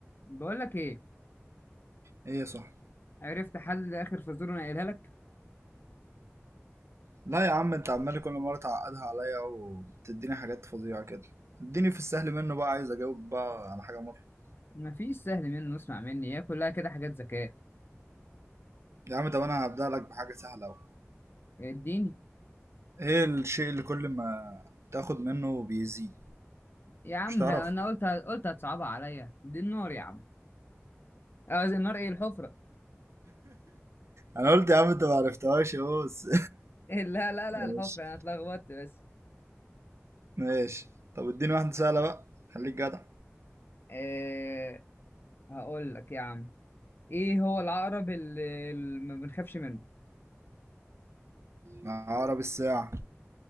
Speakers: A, on the left (about 50°); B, on the right (about 65°).
A: بقول لك ايه
B: ايه صح
A: عرفت حل اخر فزوره انا قايلها لك
B: لا يا عم انت عمال كل مره تعقدها عليا وبتديني حاجات فظيعه كده اديني في السهل منه بقى عايز اجاوب بقى على حاجه مره
A: مفيش سهل منه اسمع مني هي كلها كده حاجات ذكاء
B: يا عم طب انا هبدأ لك بحاجه سهله اهو
A: الدين
B: ايه الشيء اللي كل ما تاخد منه بيزيد
A: يا عم
B: مش تعرف
A: ه- انا
B: <laughs>
A: قلت قلت هتصعبها عليا دي النار يا عم آه، زي النار ايه الحفره
B: انا قلت يا عم انت ما عرفتهاش اهو بس
A: <laughs> إيه لا لا لا
B: <laughs> ماشي
A: الحفره انا اتلخبطت بس
B: ماشي طب اديني واحده سهله بقى خليك جدع
A: إيه هقول لك يا عم ايه هو العقرب اللي اللي ما بنخافش منه
B: عقرب الساعه